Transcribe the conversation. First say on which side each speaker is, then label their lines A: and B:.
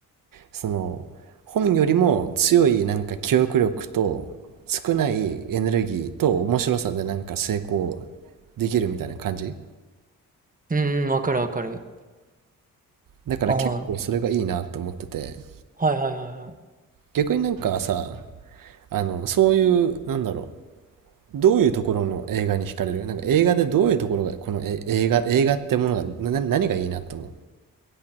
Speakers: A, on the right; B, on the right.
A: その本よりも強いなんか記憶力と少ないエネルギーと面白さでなんか成功できるみたいな感じ
B: うんうん、わかるわかる。
A: だから結構それがいいなと思ってて
B: ああ、はいはいはいはい。
A: 逆になんかさあのそういうなんだろうどういうところの映画に惹かれるなんか映画でどういうところがこのえ映画映画ってものがなな何がいいなと思